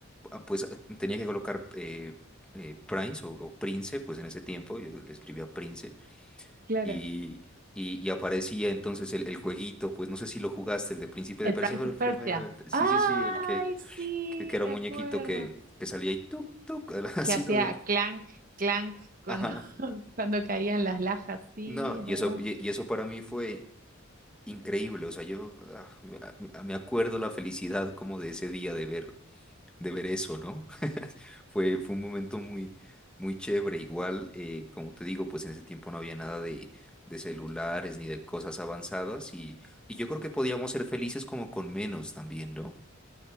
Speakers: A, in the centre; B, on the right.
A: ah, pues ah, tenía que colocar eh, eh, Prince o, o Prince, pues en ese tiempo yo le escribía Prince
B: Claro.
A: y, y, y aparecía entonces el, el jueguito, pues no sé si lo jugaste, el de Príncipe de
B: el
A: Persia,
B: Prince
A: pero
B: of
A: el
B: Persia.
A: primero, el de- sí,
B: Ay,
A: sí, sí, el que,
B: sí,
A: que, que era
B: me
A: un
B: acuerdo.
A: muñequito que, que salía y tuk, tuk, <laughs> así,
B: Que hacía
A: ¿no?
B: clank, clank cuando,
A: Ajá.
B: <laughs> cuando caían las lajas. Sí,
A: No,
B: es
A: y
B: verdad.
A: eso, y y eso para mí fue increíble. O sea, yo ah, me a- me acuerdo la felicidad como de ese día de ver, de ver eso, ¿no? <laughs> Fue, fue un momento muy, muy chévere. Igual, eh, como te digo, pues en ese tiempo no había nada de, de celulares ni de cosas avanzadas y, y yo creo que podíamos ser felices como con menos también, ¿no?